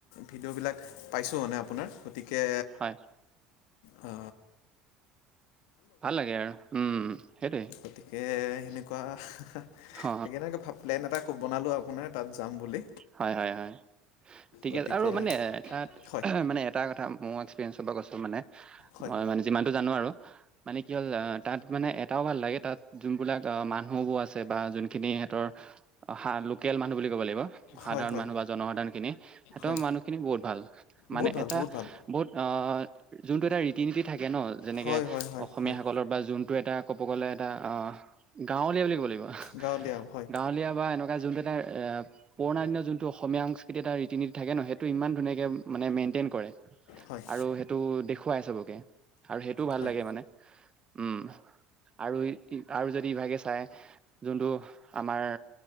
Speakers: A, on the left; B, on the right.
A: ভিডিঅ'বিলাক পাইছোঁ মানে আপোনাৰ গতিকে
B: হয়
A: অ
B: ভাল লাগে উম সেইটোৱে
A: গতিকে সেনেকুৱা সেইকাৰণে
B: অ,
A: আকৌ প্লেন এটা বনালোঁ আপোনাৰ তাত যাম বুলি
B: হয় হয় হয় ঠিক
A: গতিকে
B: আছে আৰু মানে তাত
A: হয়
B: মানে এটা কথা মো গৈছো মানে
A: হয়
B: মই মানে যিমানটো জানো আৰু মানে কি হল তাত মানে এটাও ভাল লাগে তাত যোনবিলাক মানুহবোৰ আছে বা যোনখিনি সিহঁতৰ লোকেল মানুহ বুলি ক'ব লাগিব সাধাৰণ
A: হয় হয়
B: মানুহ বা জনসাধাৰণ খিনি সিঁহতৰ
A: হয়
B: মানুহখিনি বহুত ভাল মানে
A: বহুত ভাল
B: এটা
A: বহুত ভাল
B: বহুত অ যোনটো এটা ৰীতি নীতি থাকে ন যেনেকে
A: হয় হয় হয়
B: অসমীয়া
A: হয়
B: সকলৰ বা যোন টো এটা ক'ব গ'লে এটা অ গাঁৱলীয়া বুলি ক'ব লাগিব
A: গাঁৱলীয়া হয়
B: গাঁৱলীয়া বা এনে যোনটো এটা এ পুৰণা দিনৰ যোনটো অসমীয়া সংস্কৃতিৰ এটা ৰীতি নীতি থাকে ন সেইটো ইমান ধুনীয়াকে মানে মেইনটেইন কৰে
A: হয়
B: আৰু সেইটো দেখুৱাই চবকে আৰু টো ভাল
A: হয়
B: লাগে মানে উম আৰু আৰু যদি ইভাগে চাই যোনটো আমাৰ